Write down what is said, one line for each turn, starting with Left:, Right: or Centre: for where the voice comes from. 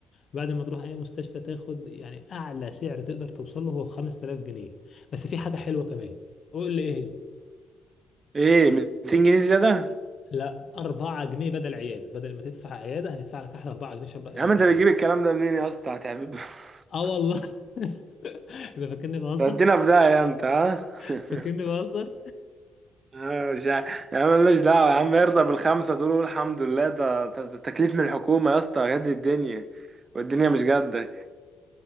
Left: بعد ما تروح أي مستشفى تاخد يعني أعلى سعر تقدر توصل له هو 5000 جنيه بس في حاجة حلوة كمان قول لي إيه هي
Right: ايه 200 جنيه زياده
Left: لا 4 جنيه بدل عيادة بدل ما تدفع عيادة هندفع لك أحلى 4 جنيه شبع
Right: يا
Left: نفسك
Right: عم انت بتجيب
Left: بيه
Right: الكلام ده منين يا اسطى هتعمل <laughs>
Left: آه والله <laughs> ده فاكرني بهزر
Right: تدينا في داهيه انت ها <laughs>
Left: فاكرني بهزر
Right: آه، مش عارف. يا عم مالناش دعوه يا عم ارضى بالخمسه دول وقول الحمد لله ده ده- ده تكليف من الحكومه يا اسطى جد الدنيا والدنيا مش جدك